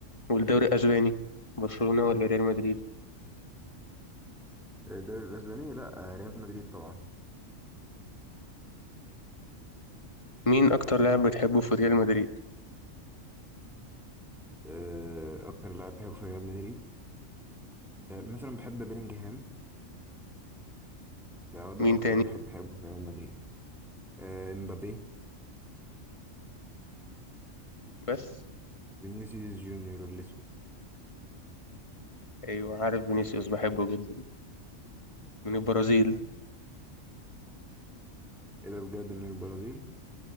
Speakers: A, on the left (about 25°); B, in the centre.
A: والدوري الأسباني برشلونة ولا ريال مدريد
B: الدوري الأسباني لأ آه، ريال مدريد طبعا
A: مين أكتر لاعب بتحبه في ريال مدريد
B: آه، اكتر لاعب بحبه في ريال مدريد آه، مثلا بحب بيلينجهام ده ده
A: مين
B: اكتر
A: تاني
B: واحد بحبه في ريال مدريد آه، امبابي
A: بس
B: فينيسيوس جونيور الاسود
A: أيوة عارف فينيسيوس بحبه جدا من
B: مم.
A: البرازيل
B: ايه ده بجد من البرازيل